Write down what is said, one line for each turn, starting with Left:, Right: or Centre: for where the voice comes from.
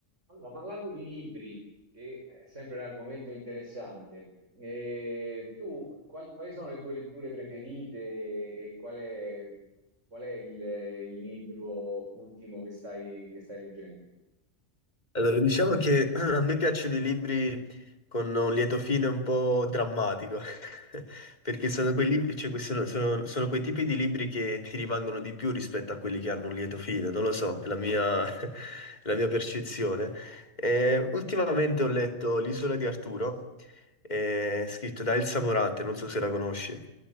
Right: Allora, parlando di libri, che è sempre un argomento interessante, eh, tu qual- quali sono le tue letture preferite e qual è, qual è il, il libro ultimo che stai, che stai leggendo?
Left: Allora, diciamo che <clears throat> a me piacciono i libri con un lieto fine un po' drammatico, <laughs> perché sono quei libri- cioè, que- sono- sono- sono quei tipi di libri che ti rimangono di più rispetto a quelli che hanno un lieto fine, non lo so, è la mia, <laughs> è la mia percezione. Eh, ultimamente ho letto L'isola di Arturo, eh, scritto da Elsa Morante, non so se la conosci.